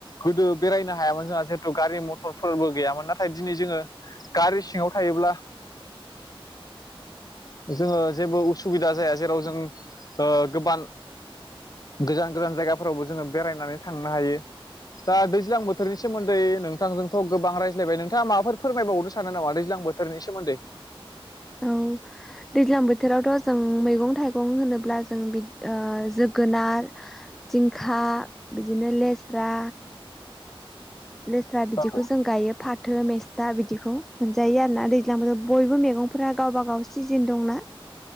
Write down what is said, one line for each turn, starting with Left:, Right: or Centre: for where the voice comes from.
Left: गोदो बेरायनो हायामोन जोंहा जिहेथु गारि मटरफोरबो गैयामोन नाथाय दिनै जोंङो गारि सिंङाव थायोब्ला जोंङो जेबो उसुबिदा जाया जेराव जों ओ गोबां गोजान गोजान जायगाफोरावबो जोंङो बेरायनानै थांनो हायो। दा दैज्लां बोथोरनि सोमोन्दै नोंथांजोंथ' गोबां रायज्लायबाय नोंथांङा माबाफोर फोरमायबावनो सानो नामा दैज्लां बोथोर थोरनि सोमोन्दै
Centre: औ दैज्लां बोथोरावथ' जों मैगं थाइगं होनोब्ला जों बि ओ जोगोनार जिंखा बिदिनो लेस्रा लेस्रा बिदिखौ
Left: औ
Centre: जों गायो फाथो मेस दा बिदिखौ मोनजायो आरोना दैज्लां बोथोर बयबो मैगंफोरा गावबा गाव सिजेन दंना